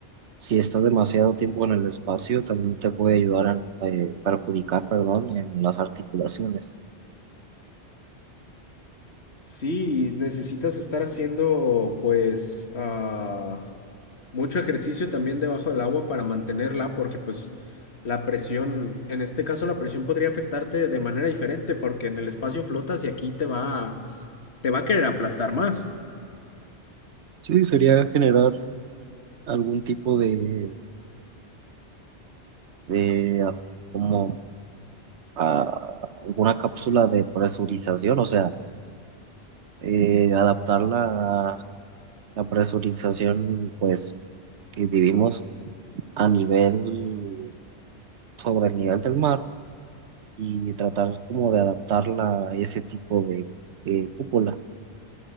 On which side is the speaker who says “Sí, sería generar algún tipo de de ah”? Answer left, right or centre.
Right